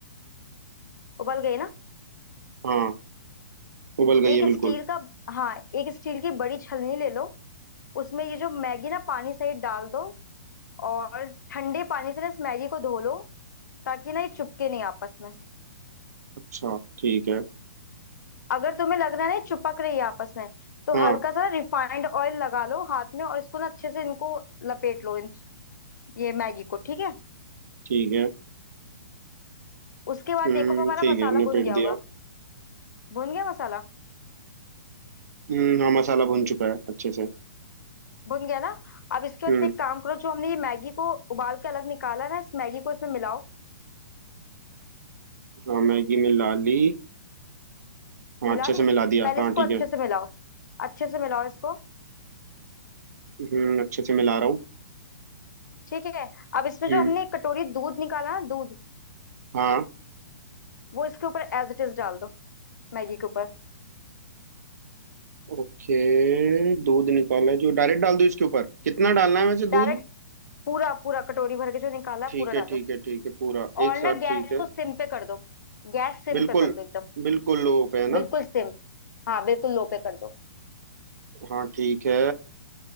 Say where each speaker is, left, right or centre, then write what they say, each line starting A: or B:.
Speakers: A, on the left; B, on the right.
A: उबल गई है ना
B: हाँ उबल गई
A: एक
B: है बिल्कुल
A: स्टील का हाँ एक स्टील की बड़ी छलनी ले लो उसमें ये जो मैगी ना पानी सहित डाल दो और ठंडे पानी से ना इस मैगी को धो लो ताकि ना ये चिपके नहीं आपस में
B: अच्छा ठीक है
A: अगर तुम्हें लग रहा है ना ये चिपक रही है आपस में तो
B: हाँ
A: हल्का सा रिफाइंड ऑयल लगा लो हाथ में और इसको ना अच्छे से इनको लपेट लो इन ये मैगी को ठीक है
B: ठीक है
A: उसके बाद
B: हम्म
A: देखो हमारा
B: ठीक
A: मसाला
B: है निपेट
A: भुन गया
B: दिया
A: होगा भुन गया मसाला
B: हम्म हाँ मसाला भुन चुका है अच्छे से
A: भुन गया ना अब इसके बाद
B: हम्म
A: एक काम करो जो हमने ये मैगी को उबाल के अलग निकाला है ना इस मैगी को इसमें मिलाओ
B: हाँ मैगी मिला ली हाँ
A: मिला
B: अच्छे से
A: ली
B: मिला दिया
A: पहले
B: हाँ
A: इसको
B: ठीक
A: अच्छे
B: है
A: से मिलाओ अच्छे से मिलाओ इसको
B: हम्म अच्छे से मिला रहा हूँ
A: ठीक है अब इसमें जो
B: हम्म
A: हमने एक कटोरी दूध निकाला ना दूध
B: हाँ
A: वो इसके ऊपर एज इट इज डाल दो मैगी के ऊपर
B: ओके दूध निकाला है जो डायरेक्ट डाल दूँ इसके ऊपर कितना डालना है वैसे
A: डायरेक्ट
B: दूध
A: पूरा पूरा कटोरी भर के जो निकाला है
B: ठीक
A: पूरा
B: है
A: डालो
B: ठीक है ठीक है पूरा
A: और
B: एक साथ
A: ना गैस
B: ठीक है
A: को सिम पे कर दो गैस सिम
B: बिल्कुल
A: पे कर दो एकदम
B: बिल्कुल लो पे है
A: बिल्कुल
B: ना
A: सिम हाँ बिल्कुल लो पे कर दो
B: हाँ ठीक है